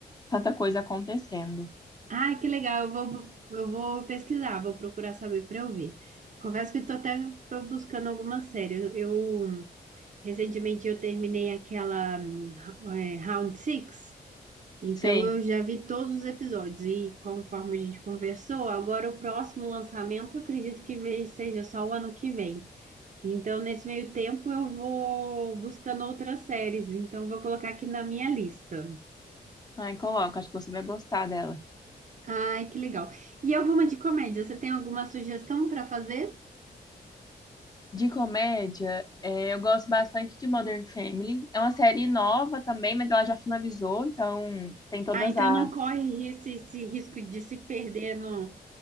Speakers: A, on the left; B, on the right.
A: tanta coisa acontecendo.
B: Ai, que legal. Eu vou, eu vou pesquisar, vou procurar saber para eu ver. Confesso que estou até tô buscando alguma série. Eu, eu, recentemente eu terminei aquela hum, é, Round Six. Então
A: Sei.
B: eu já vi todos os episódios e conforme a gente conversou, agora o próximo lançamento eu acredito que ve- seja só o ano que vem. Então nesse meio tempo eu vou buscando outras séries, então vou colocar aqui na minha lista.
A: Ai, coloca, acho que você vai gostar dela.
B: Ai, que legal. E alguma de comédia? Você tem alguma sugestão para fazer?
A: De comédia, é, eu gosto bastante de Modern Family. É uma série nova também, mas ela já finalizou, então tem todas
B: Ah, então
A: as.
B: não corre esse, esse risco de se perder no-